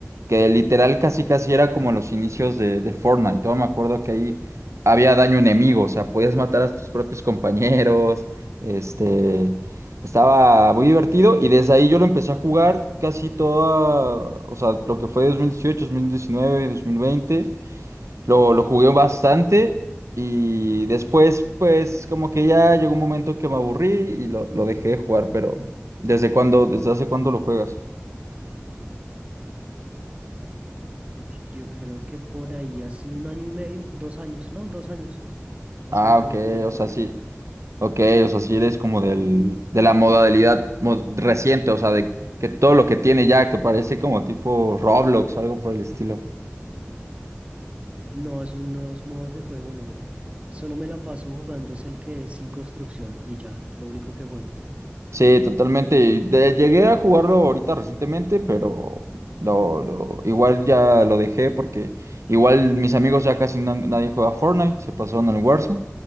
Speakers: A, on the right (about 85°); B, on the right (about 25°).
A: que literal casi casi era como los inicios de, de Fortnite. Todavía me acuerdo que ahí había daño enemigo, o sea, podías matar a tus propios compañeros, este, estaba muy divertido y desde ahí yo lo empecé a jugar casi toda, o sea, lo que fue 2018, 2019, 2020. Lo, lo jugué bastante y después pues como que ya llegó un momento que me aburrí y lo, lo dejé de jugar, pero ¿desde cuándo, desde hace cuándo lo juegas?
B: Yo creo que por ahí hace un año y medio, dos años, no, dos años, Hace
A: Ah,
B: dos
A: ok,
B: años jugué el Fortnite.
A: o sea, sí, ok, o sea, sí eres como del, de la modalidad mo- reciente, o sea, de que todo lo que tiene ya, que parece como tipo Roblox o algo por el estilo.
B: No, esos nuevos modos de juego no. Solo me la paso jugando es el que es sin construcción y ya, lo único que juego.
A: Sí, totalmente. Y de- llegué a jugarlo ahorita recientemente, pero lo, lo- igual ya lo dejé porque igual mis amigos ya casi na- nadie juega Fortnite, se pasaron al Warzone,